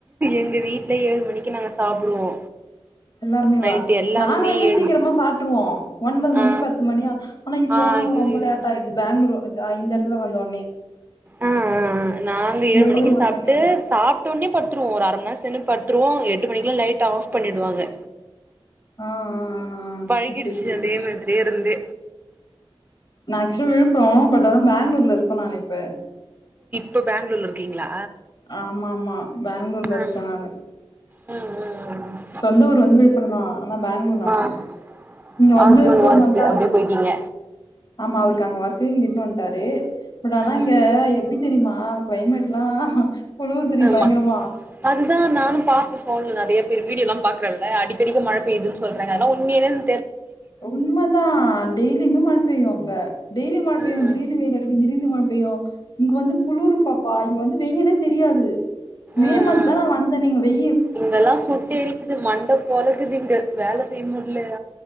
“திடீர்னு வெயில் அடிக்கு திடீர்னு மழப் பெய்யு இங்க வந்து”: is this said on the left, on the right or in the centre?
Left